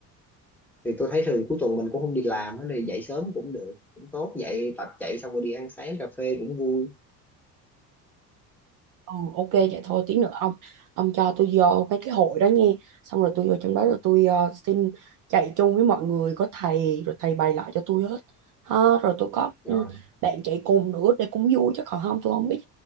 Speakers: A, in the centre; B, on the right (about 40°).
A: thì tôi thấy thường cuối tuần mình cũng không đi làm á, thì dậy sớm cũng được cũng tốt dậy tập chạy xong rồi đi ăn sáng cà phê cũng vui
B: ừ ok vậy thôi tí nữa ông ông cho tôi vô cái cái hội đó nha xong rồi tôi vô trong đó rồi tôi ờ, xin chạy chung với mọi người có thầy rồi thầy bày lại cho tôi hết ha rồi tôi có
A: rồi
B: ừ, bạn chạy cùng nữa để cũng vui chứ còn không tôi không biết